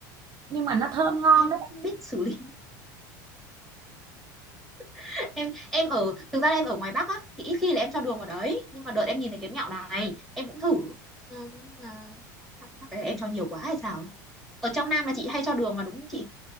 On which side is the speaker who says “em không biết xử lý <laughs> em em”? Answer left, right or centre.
Centre